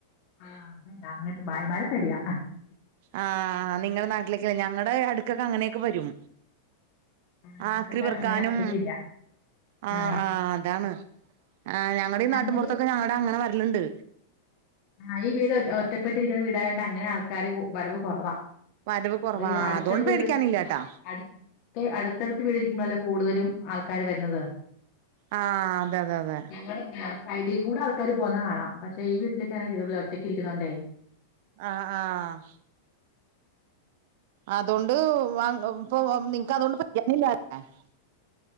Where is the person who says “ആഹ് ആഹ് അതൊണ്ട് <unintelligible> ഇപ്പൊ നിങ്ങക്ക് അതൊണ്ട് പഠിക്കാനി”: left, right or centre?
Right